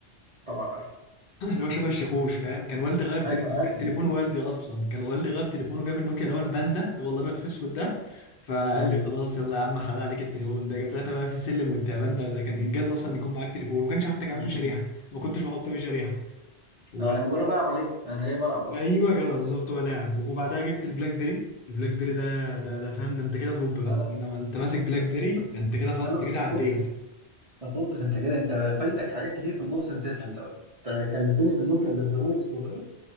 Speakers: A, on the right (about 45°); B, on the left (about 60°).
A: طبعا عارف
B: اللي هو شبه الشاكوش فاهم كان والدي غير تل-
A: ايوه ابدا
B: كان تليفون والدي اصلا كان والدي غير تليفونه جاب النوكيا اللي هو الباندا اللي هو الابيض في اسود ده فقال
A: ايوه
B: لي خلاص يلا يا عم حلال عليك التليفون ده كان ساعتها بقى في السلم والتعبان ده ده كان انجاز اصلا يكون معاك تليفون وما كانش حتى كمان
A: ي-
B: في شريحه
A: ي-
B: ما كنتش بحط فيه شريحه وبعد
A: انا مجرد بلعب عليه انا جاي بلعب اصلا
B: ايوه كده بالظبط هو لعب وبعدها جبت البلاك بيري البلاك بيري ده ده ده فاهم ده انت كده توب بقى
A: لا لا ما
B: انما انت ماسك
A: تنطش
B: بلاك
A: بقى
B: بيري
A: لا
B: ده انت كده خلاص
A: لا
B: انت
A: بس
B: كده
A: ما
B: عديت
A: تنطش ما تنطش انت كده انت فايتك حاجات كتير في النص نسيتها انت بقى انت كلمتني في النوكيا اللي بزراير الصغير